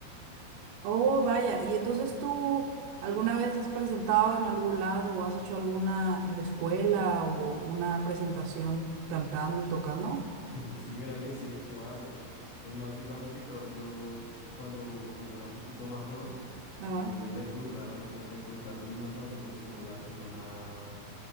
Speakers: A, on the right; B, on the left.
A: Oh, vaya. ¿Y entonces tú alguna vez has presentado en algún lado o has hecho alguna en la escuela o una presentación cantando y tocando?
B: <laughs> Sí, mira que sí, he hecho varias. Es más, digamos que todo, yo cuando, cuando era un poquito más joven,
A: Ajá,
B: a mí me reclutaron, me reclutaron unos amigos en una, en una